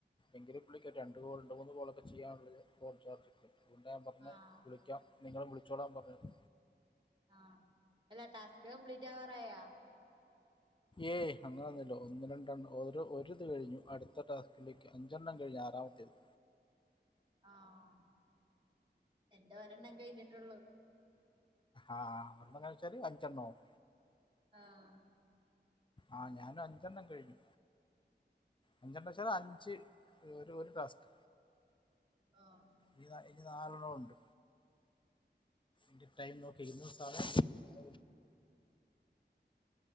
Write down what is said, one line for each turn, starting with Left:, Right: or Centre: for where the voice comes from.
Left: എങ്കിലും വിളിക്കട്ടെ രണ്ട് മൂന്ന് കോളൊക്കെ ചെയ്യാനുള്ളത് ഫോൺ ചാർജൊണ്ട് അതുകൊണ്ട ഞാൻ പറഞ്ഞെ
Right: ആഹ്
Left: വിളിക്കാം നിങ്ങളും വിളിച്ചോളാൻ പറഞ്ഞത്
Right: ആഹ് എല്ലാ ടാസ്ക് ഇത് കംപ്ലിറ്റ് ആവാറായോ
Left: ഏയ് അങ്ങനൊന്നൂല്ല ഒന്ന് രണ്ടെണ്ണം ഒരിത് കഴിഞ്ഞു അടുത്ത ടാസ്കിലേക്ക് അഞ്ചണ്ണം കഴിഞ്ഞ് ആറാമത്തേത്
Right: ആഹ് എന്റെ ഒരെണ്ണം കഴിഞ്ഞിട്ടൊള്ളൂ
Left: ആഹ് നമ്മ കള്ച്ചാല് അഞ്ചണ്ണാവും
Right: ആഹ്
Left: ആഹ് ഞാനൊരഞ്ചെണ്ണം കഴിഞ്ഞു അഞ്ചെണ്ണം വെച്ചാല് അഞ്ച് ഒരു ക്ലാസ്റ്റ്
Right: ആഹ്
Left: ഇനി ഇനി നാലെണ്ണമൊണ്ട് ന്റെ ടൈം നോക്കി സാ അ